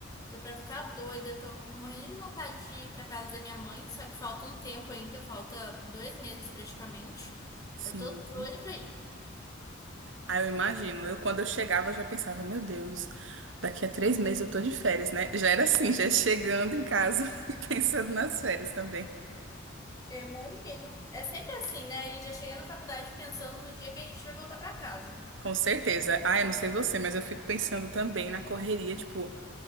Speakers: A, on the left; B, on the right.
A: Tô pra ficar doida, tô morrendo de vontade de ir pra casa da minha mãe, só que falta um tempo ainda, falta dois meses praticamente.
B: Sim.
A: Eu tô doida pra ir.
B: Ah, eu imagino. Eu, quando eu chegava, já pensava, meu Deus, daqui a três meses eu tô de férias, né? Já era assim, já chegando em casa <laughs> e pensando nas férias também.
A: Eu imagino. É sempre assim, né? A gente já chega na faculdade pensando no dia que a gente vai voltar pra casa.
B: Com certeza. Ah, eu não sei você, mas eu fico pensando também na correria, tipo,